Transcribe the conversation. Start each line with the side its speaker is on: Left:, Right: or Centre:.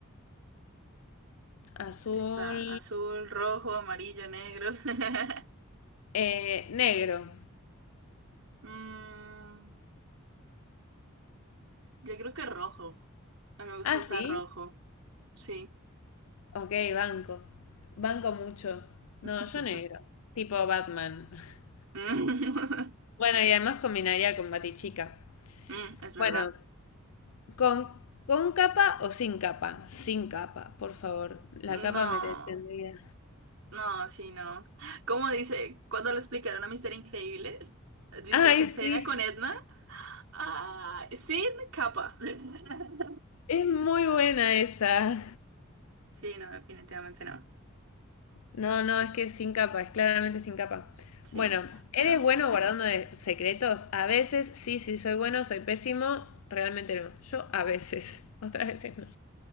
Left: Azul,
Right: Está azul, rojo, amarillo, negro. <laughs>
Left: eh, negro.
Right: Mm, yo creo que rojo. A mí me gusta
Left: Ah,
Right: usar
Left: sí.
Right: rojo. Sí.
Left: Ok, banco. Banco mucho. No,
Right: <laughs>
Left: yo negro. Tipo Batman. <laughs>
Right: Mm, <laughs>
Left: Bueno, y además combinaría con Batichica.
Right: mm, es verdad.
Left: Bueno, con, con capa o sin capa. Sin capa, por favor.
Right: No,
Left: La capa me detendría.
Right: no, sí, no. Como dice, cuando le explicaron a Mister Increíble, dice
Left: <laughs> Ay,
Right: esa escena
Left: sí.
Right: con Edna, ah, sin capa. <laughs>
Left: Es muy buena esa.
Right: Sí, no, definitivamente no.
Left: No, no, es que es sin capa. Es claramente sin capa.
Right: Sí,
Left: Bueno, ¿eres
Right: bueno.
Left: bueno guardando de- secretos? A veces, sí, sí, soy bueno, soy pésimo. Realmente no. Yo a veces. <laughs> Otras veces no.